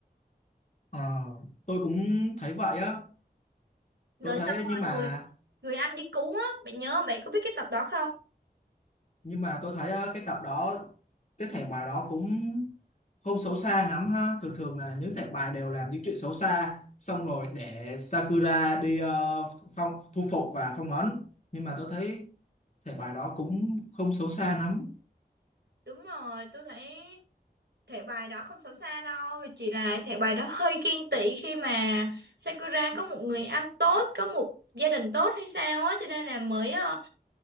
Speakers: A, on the left (about 45°); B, on the right (about 80°).
A: ờ, tôi cũng thấy vậy á
B: rồi
A: tôi thấy
B: xong rồi
A: nhưng mà
B: người người anh đi cứu á, bạn nhớ không? Bạn có biết cái tập đó không?
A: nhưng mà tôi thấy ờ, cái tập đó cái thẻ bài đó cũng không xấu xa lắm ha thường thường là những thẻ bài đều làm những chuyện xấu xa xong rồi để Sakura đi ờ, phong thu phục và phong ấn nhưng mà tôi thấy thể bài đó cũng không xấu xa lắm
B: Đúng rồi, tôi thấy thẻ bài đó không xấu xa đâu, chỉ là thẻ bài đó hơi ghen tị khi mà Sakura có một người anh tốt, có một gia đình tốt hay sao á, cho nên là mới ờ,